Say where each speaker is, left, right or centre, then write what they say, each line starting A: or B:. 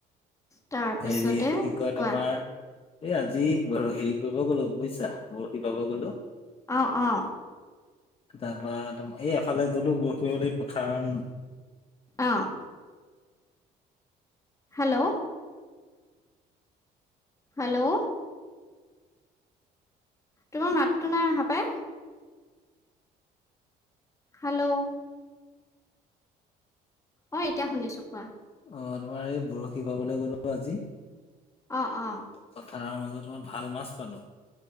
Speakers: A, on the left; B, on the left.
A: তাৰপিছতে
B: হেৰি এইটো কি কয়
A: কোৱা
B: তোমাৰ এহ আজি হেৰি কৰিব গলো বুজিছা বৰশি বাব গলো
A: অহ অহ
B: তাৰপা এই এফালে গলো ‍বৰশী বাবলৈ পথাৰত
A: অহ হেল্ল' হেল্ল' তোমাৰ মাতটো নাই অহা পাই হেল্ল' অ এতিয়া শুনিছো কোৱা।
B: অ তোমাৰ এই বৰশী বাবলৈ গলো আজি
A: অহ অহ
B: পথাৰৰ মাজত ভাল মাছ পালোঁ।